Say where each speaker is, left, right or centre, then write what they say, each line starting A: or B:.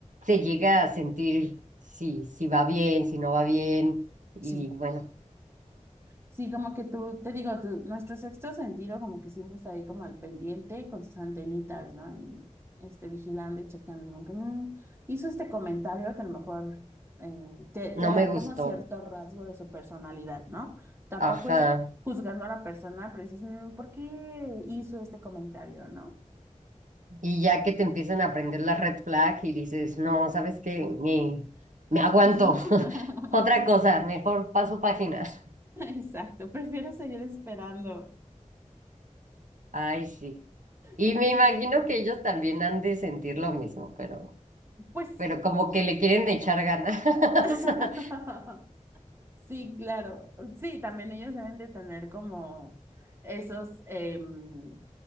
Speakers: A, on the right (about 85°); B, on the right (about 20°).
A: se llega a sentir si, si va bien, si no va bien, y
B: Sí.
A: bueno,
B: Sí, como que tú, te digo, tú- nuestro sexto sentido como que siempre está ahí como al pendiente con sus antenitas, ¿no? Y este, vigilando y checando, como que, "Mm, hizo este comentario que a lo mejor eh, te, te
A: no
B: da
A: me gustó.
B: como cierto rasgo de su personalidad, ¿no? Tampoco
A: Ajá.
B: es juzgando a la persona, pero dices, "Mm, ¿por qué hizo este comentario, ¿no?
A: Y ya que te empiezan a aprender la red flag y dices, no, ¿sabes qué? Me, me aguanto.
B: <laughs>
A: <laughs> Otra cosa, mejor paso páginas.
B: Exacto, prefiero seguir esperando.
A: Ay, sí. Y
B: Excelente.
A: me imagino que ellos también han de sentir lo mismo, pero,
B: Pues...
A: pero como que le quieren echar ganas. <laughs>
B: <laughs> Sí, claro. Sí, también ellos deben de tener como esos, em,